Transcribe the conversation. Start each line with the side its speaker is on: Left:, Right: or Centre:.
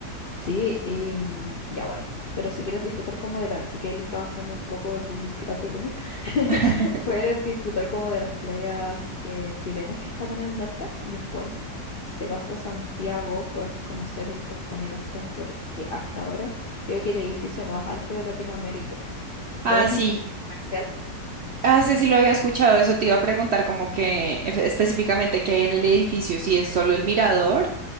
Left: Sí, y mm, ya bueno, pero si quieres disfrutar como de las, porque él estaba haciendo un poco de publicidad a Perú, <laughs>
Right: <laughs>
Left: puedes disfrutar como de las playas eh, chilenas que están en el norte. Después, si te vas a Santiago, puedes conocer el Costanera Center, que hasta ahora creo que el edificio más alto de Latinoamérica
Right: Ah,
Left: pero es
Right: sí.
Left: un centro comercial.
Right: Ah, sí, sí lo había escuchado, eso te iba a preguntar como que efe- específicamente qué hay en el edificio, si es solo el mirador